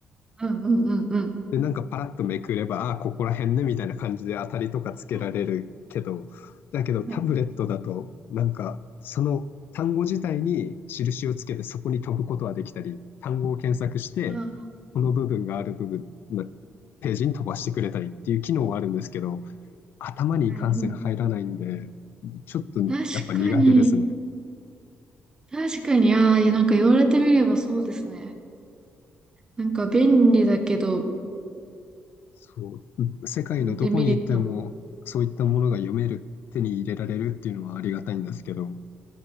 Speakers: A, on the right (about 20°); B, on the left (about 75°).
A: うんうんうんうん。
B: で、なんかパラッとめくれば、ああ、ここら辺ねみたいな感じで当たりとかつけられるけど、
A: うん
B: だけどタブレットだと、
A: はい。
B: なんかその単語自体に印をつけてそこに飛ぶことはできたり、単語を検索して、
A: うんは
B: この部分がある部分、まあページに飛ばしてくれたりっていう機能はあるんですけど、頭にいかんせん入らないんで、
A: いうん
B: ちょっとやっぱ苦手ですね。
A: 確かに。確かに。ああ、いやなんか言われてみればそうですね。なんか便利だけど、
B: そう、世界のどこに行ってもそういったものが読める、
A: デメリットも。
B: 手に入れられるっていうのはありがたいんですけど、